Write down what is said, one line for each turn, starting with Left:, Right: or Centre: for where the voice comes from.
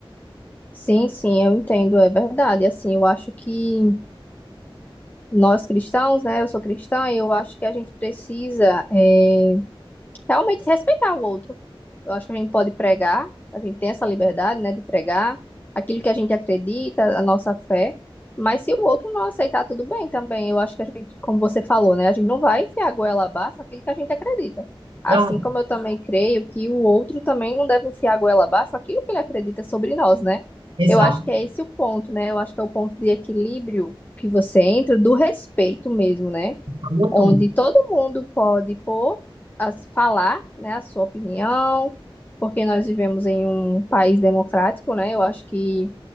Left: Sim, sim, eu entendo, é verdade. Assim, eu acho que nós cristãos, né, eu sou cristã, eu acho que a gente precisa, é, realmente respeitar o outro. Eu acho que a gente pode pregar, a gente tem essa liberdade, né, de pregar aquilo que a gente acredita, a nossa fé, mas se o outro não aceitar, tudo bem também. Eu acho que a gente, como você falou, né, a gente não vai enfiar a goela abaixo aquilo que a gente acredita. Assim
Right: Ah,
Left: como eu também creio que o outro também não deve enfiar a goela abaixo aquilo que ele acredita sobre nós, né?
Right: exato.
Left: Eu acho que é esse o ponto, né? Eu acho que é o ponto de equilíbrio que você entra do respeito mesmo, né?
Right: Falou
Left: onde
Right: tudo.
Left: todo mundo pode pôr, as, falar, né, a sua opinião, porque nós vivemos em um país democrático, né? Eu acho que